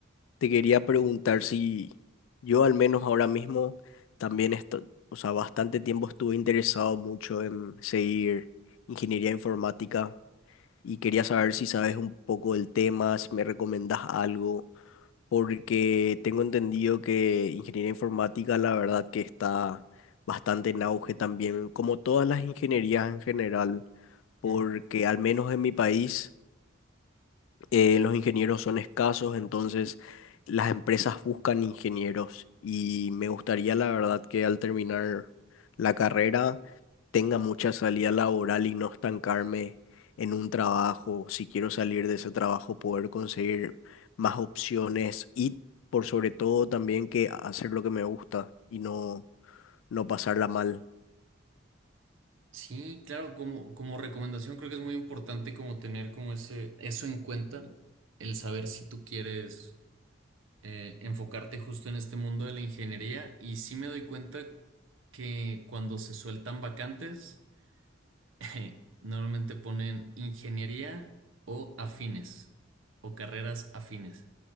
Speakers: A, on the left; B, on the right.
A: te quería preguntar si yo al menos ahora mismo también estoy, o sea, bastante tiempo estuve interesado mucho en seguir ingeniería informática y quería saber si sabes un poco del tema, si me recomendás algo, porque tengo entendido que ingeniería informática la verdad que está bastante en auge también, como todas las ingenierías en general, porque
B: Mm.
A: al menos en mi país eh, los ingenieros son escasos, entonces las empresas buscan ingenieros y me gustaría la verdad que al terminar la carrera tenga mucha salida laboral y no estancarme en un trabajo. Si quiero salir de ese trabajo, poder conseguir más opciones y por sobre todo también que hacer lo que me gusta y no, no pasarla mal.
B: Sí, claro, como, como recomendación creo que es muy importante como tener como ese, eso en cuenta, el saber si tú quieres eh, enfocarte justo en este mundo de la ingeniería y sí me doy cuenta que cuando se sueltan vacantes, <laughs> normalmente ponen ingeniería o afines o carreras afines.